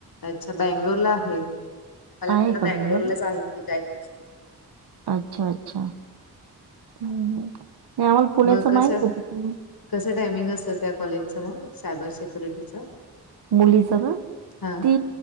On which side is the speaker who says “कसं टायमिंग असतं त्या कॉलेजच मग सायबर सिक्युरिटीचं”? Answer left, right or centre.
Left